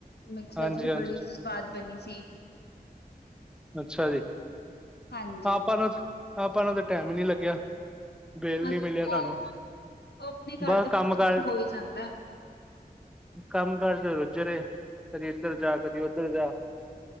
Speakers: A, on the left (about 80°); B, in the centre.
A: ਮਿਕਸਵੈਜ
B: ਹਾਂਜੀ
A: ਵੀ
B: ਹਾਂਜੀ
A: ਬੜੀ ਸਵਾਦ ਬਣੀ ਸੀ
B: ਅੱਛਾ ਜੀ
A: ਹਾਂਜੀ
B: ਆਪਾਂ ਨੂੰ, ਆਪਾਂ ਨੂੰ ਤਾਂ, ਟਾਈਮ ਹੀ ਨਹੀਂ ਲੱਗਿਆ ਬੈਲ
A: ਉਹ
B: ਨੀ ਮਿਲਿਆ ਸਾਨੂੰ
A: ਆਪਣੇ ਘਰ
B: ਬਸ
A: ਦੇ ਫੰਕਸ਼ਨ
B: ਕੰਮ, ਕਾਰ
A: ਚ ਹੋ ਹੀ ਜਾਂਦਾ
B: ਕੰਮ, ਕਾਰ ਚ ਰੁੱਝ ਰਹੇ ਕਦੀ ਇੱਧਰ ਜਾ ਕਦੀ ਉੱਧਰ ਜਾ